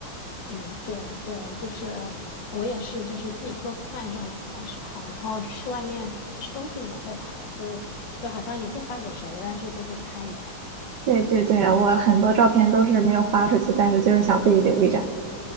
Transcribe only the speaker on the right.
对对对，我很多照片都是没有发出去，但是就是想自己留一张。